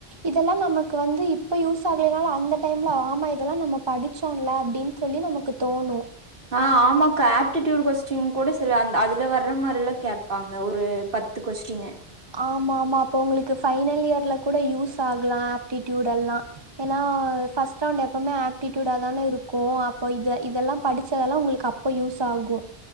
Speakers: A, on the right (about 25°); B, on the right (about 60°).
A: இதெல்லா நமக்கு வந்து இப்ப யூஸ் ஆகலனாளு அந்த டைம்ல ஆமா இதெல்லா நம்ம படிச்சோல அப்டின் சொல்லி நமக்கு தோணு
B: ஆஹ் ஆமாக்கா ஆப்டிட்யூட் கொஸ்டின் கூட சில அந் அதுல வர்ற மாரிலா கேப்பாங்க ஒரு பத்து கொஸ்டின்னு
A: ஆமா ஆமா அப்போ உங்களுக்கு ஃபைனல் இயர்ல கூட யூஸ் ஆக்லா ஆப்ட்டிட்யூட் எல்லா ஏனா ஃபர்ஸ்ட் ரவுண்ட் எப்போமே ஆப்ட்டிட்யூடா தானே இருக்கு அப்ப இத இதெல்லா படிச்சதெல்லா உங்களுக்கு அப்ப யூஸ் ஆகு